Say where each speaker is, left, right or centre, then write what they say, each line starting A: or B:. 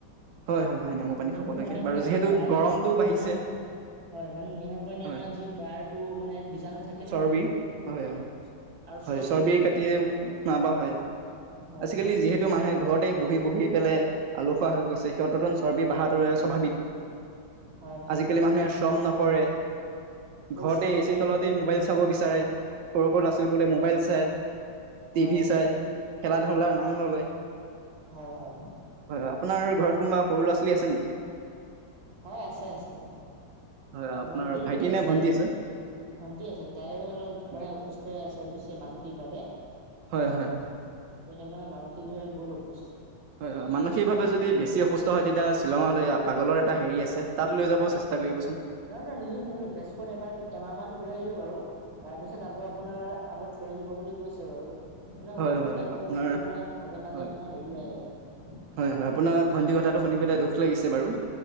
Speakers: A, on the right; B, on the right.
A: হয় হয় হয়
B: নেমু
A: খাব লাগে
B: পানী
A: বাৰু
B: মানে
A: যিহেতু
B: আমাৰ গাৰ
A: গৰমটো
B: য
A: বাঢ়িছে
B: নহয় হয় মানে নেমু পানী
A: হয়
B: আমাৰ যি গাৰটো মানে বীজাণু থাকে
A: চৰ্বি
B: ন সেইটো মানে কি
A: হয়
B: কৰে। আৰু
A: হয়
B: চৰ্বিও
A: চৰ্বি
B: ৰোধ
A: কাটি
B: কৰে
A: নাপা হয়
B: হয়
A: আজিকালি
B: হয়
A: যিহেতু মানুহে ঘৰতে বহি বহি পেলাই আলসুৱা হৈ গৈছে সিহঁতন চৰ্বি বাহাটো স্বাভাৱিক
B: হয় হয়
A: আজিকালি মানুহে শ্ৰম নকৰে
B: পৰিশ্ৰম
A: ঘৰতে
B: নকৰে
A: এচি তলতে
B: হয়
A: মোবাইল চাব বিচাৰে সৰু সৰু ল'ৰা ছোৱালী বোলে মোবাইল চাই
B: হয়
A: টিভি চাই খেলা ধূলাৰ নাম নলয়
B: হয় হয়
A: হয় হয় আপোনাৰ ঘৰত কোনোবা সৰু ল'ৰা ছোৱালী আছে নেকি
B: হয় আছে আছে
A: হয় আপোনাৰ
B: ভন্টি এজনী
A: ভাইটি নে
B: আছে
A: ভন্টি
B: ভন্টি আছে তাইয়ো অলপ
A: হয়
B: মানে অসুস্থ হৈ আছে বুইছে মানসিকভাৱে
A: হয় হয়
B: সেইটো মানে মানসিকভাৱে বহুত অসুস্থ
A: হয় হয় মানসিকভাৱে যদি বেছি অসুস্থ হয় তেতিয়া শ্বিলঙৰ পাগলৰ এটা হেৰি আছে তাত লৈ যাব চেষ্টা তাক কৰিবা চোন
B: নহয় নহয় নিলো নিলো তেজপুৰত এবাৰ এমাহ মান থৈ আহিলো বাৰু তাৰপিছত আকৌ আপোনাৰ আগত খ আহিব বুলি কৈছে বাৰু মানে
A: হয়
B: ঔষধ
A: হয়
B: খোৱাছো
A: আপোনাৰ
B: অলপ অলপ মানে মাজে মাজে
A: হয়
B: আপোনাৰ হেৰি হয়
A: হয় হয় আপোনাৰ ভন্টি কথাটো শুনি পেলাই দুখ লাগিছে বাৰু